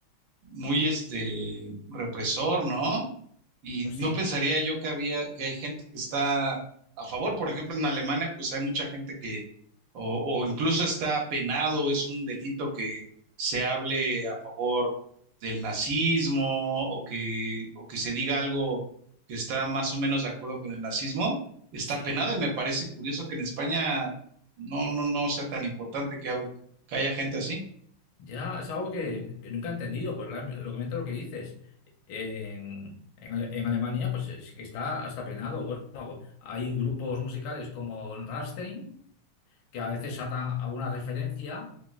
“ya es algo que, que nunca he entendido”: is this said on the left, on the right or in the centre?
Left